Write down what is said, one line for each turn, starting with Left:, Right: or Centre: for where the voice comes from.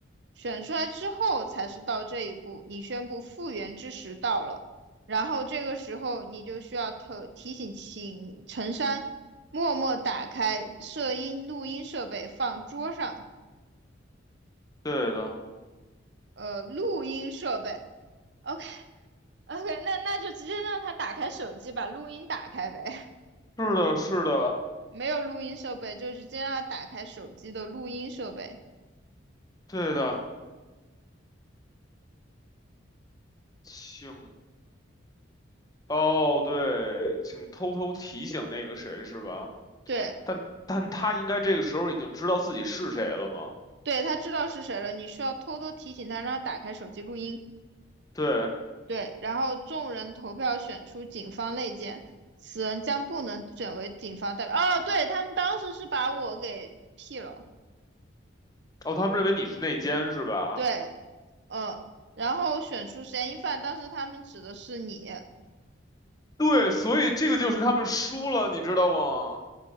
Right: 选出来之后才是到这一步，你宣布复原之时到了，然后这个时候你就需要特提醒请陈山默默打开摄音录音设备，放桌上，
Left: 对的，
Right: 呃，录音设备，OK。OK，那那就直接让他打开手机，把录音打开呗。<laughs>
Left: 是的，是的，
Right: 没有录音设备，就直接让他打开手机的录音设备。
Left: 对的，请哦，对，请偷偷提醒那个谁是吧？
Right: 对，
Left: 但但他应该这个时候已经知道自己是谁了吗？
Right: 对，他知道是谁了，你需要偷偷提醒他，让他打开手机录音。
Left: 对，
Right: 对，然后众人投票选出警方内奸，此人将不能选为警方代表。哦，对，他们当时是把我给 P 了。
Left: 哦，他们认为你是内奸是吧？
Right: 对，呃，然后选出嫌疑犯，当时他们指的是你，
Left: 对，所以这个就是他们输了，你知道吗？